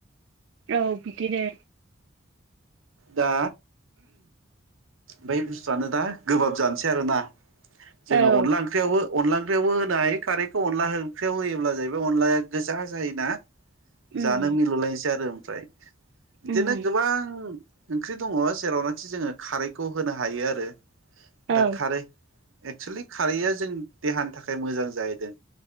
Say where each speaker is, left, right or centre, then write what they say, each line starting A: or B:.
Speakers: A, on the right; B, on the right.
A: औ बिदिनो।
B: दा बै बुस्थुआनो दा गोबाब जानोसै आरोना। जोङो
A: औ
B: अनला ओंख्रियावबो अनला <unintelligible> ओंख्रियावबो होनो हायो। खारैखौ अनला ओंख्रियाव होयोब्ला जाहैबाय अनलाया गोजा जायो ना? जानो
A: उम
B: मिलुलायनोसै आरो ओमफ्राय बिदिनो
A: उम
B: गोबां ओंख्रि दङ जेरावनोखि जोङो खारैखौ होनो हायो आरो।
A: औ
B: दा खारै एक्सलि खारैआ जों देहानि थाखाय मोजां जाहैदों।